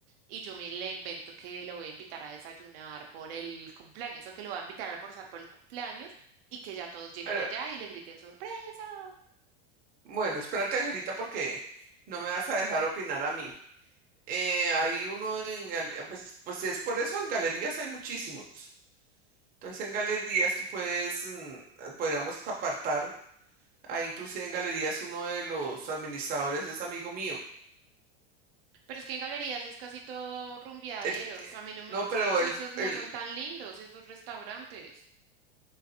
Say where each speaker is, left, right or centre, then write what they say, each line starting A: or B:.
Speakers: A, on the right; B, on the right.
A: y yo me le invento que lo voy a invitar a desayunar por el cumpleaños o que lo voy a invitar a almorzar por el cumpleaños y que ya todos lleguen
B: Pero,
A: allá y le griten sorpresa.
B: bueno, espérate, Angelita, porque no me vas a dejar opinar a mí. Eh, hay uno en, gal- pues, pues es por eso en galerías hay muchísimos. Entonces en galerías tú puedes, mm, eh, podríamos apartar, ahí inclusive en galerías uno de los administradores es amigo mío.
A: Pero es que en galerías es casi todo rumbeaderos.
B: Él-
A: A mí no me
B: no,
A: gustan,
B: pero él,
A: esos no
B: él,
A: son tan lindos esos restaurantes.